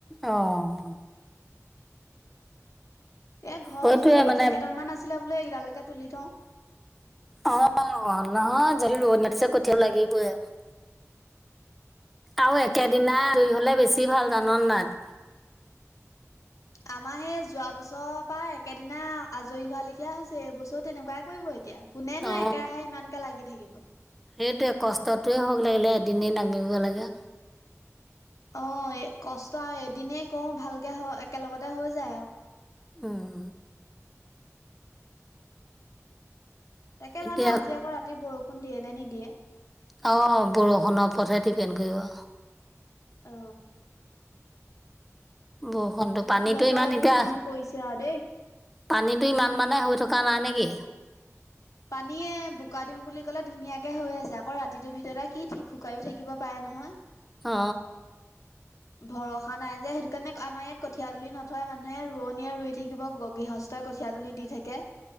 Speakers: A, in the centre; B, on the left.
A: অ।
B: এ ঘৰৰ
A: সেইটোয়ে
B: ওচৰতে কঠীয়া
A: মানে
B: কেইডালমান আছিলে বোলে এইকেইডালকে তুলি থওঁ।
A: অ নহয় যদি ৰোৱনী মাতিছে কঠিয়ও লাগিবই আৰু।
B: <inaudible>
A: আৰু একেদনাই আজৰি হ'লে বেছি ভাল জাননে নাই?
B: আমাৰ সেই যোৱা বছৰৰ পৰা একেদিনা আজৰি হোৱা লেখিয় হৈছে, এইবছৰো তেনেকুৱাই কৰিব এতিয়া কোনেনো
A: অ
B: একেৰাহে ইমানকে লাগি থাকিব।
A: সেইটোৱে কষ্টটোৱে হওক লাগিলে এদনেই নামিব লাগে।
B: অ কষ্ট আৰু এদিনেই কওঁ ভালকে একেলগতে হৈ যায় আও।
A: উম।
B: তাকে
A: এতিয়া
B: জানো আজি আকৌ ৰাতি বৰষুণ দিয়ে নে নিদিয়ে।
A: অঁ বৰষুণৰ ওপৰতহে ডিপেণ্ড কৰিব।
B: অ।
A: বৰষুণটো। পানীটো
B: বতৰ
A: ইমান
B: এইটো
A: এতিয়া
B: কিনো কৰিছে আৰু দেই।
A: পানীটো ইমান মানে হৈ থকা নাই নেকি।
B: পানীয়ে বোকা দিওঁ বুলি কলে ধুনীয়াকে হৈ আছে আকৌ ৰাতিটোৰ ভিতৰতে কি ঠিক শুকাইো থাকিব পাৰে নহয়।
A: অ।
B: ভৰসা নাই যে সেইটো কাৰণে আমাৰ ইয়াত কঠীয়া দুলিি নথয় মানুহে ৰোৱনীয়ে ৰুই থাকিব গ‌ গীহচ। তই কঠিয়া তুলি দি থাকে।